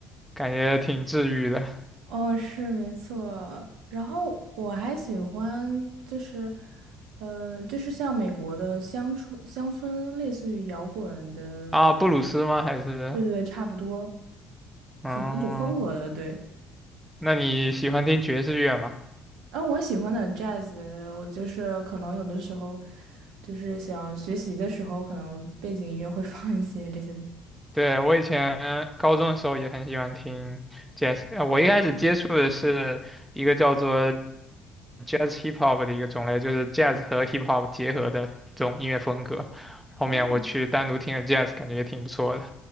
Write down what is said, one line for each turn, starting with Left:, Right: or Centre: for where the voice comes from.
Centre: 感觉挺治愈的
Right: 哦，是没错。然后我还喜欢，就是，嗯、呃，就是像美国的乡村乡村，类似于摇滚的，
Centre: 啊。布鲁斯吗？还是
Right: 对对，差不多，
Centre: 嗯。
Right: 可能一种风格的，对。
Centre: 那你喜欢听爵士乐吗？
Right: 然后我喜欢的 jazz，我就是可能有的时候，就是想学习的时候，可能背景音乐会 <laughs> 放一些这些的。
Centre: 对，我以前高中的时候也很喜欢听 jazz，呃我一开始接触的是一个叫做 jazz hip hop 的一个种类，就是 jazz 和 hip hop 结合的一种音乐风格。后面我去单独听了
Right: 哦
Centre: jazz，感觉也挺不错的。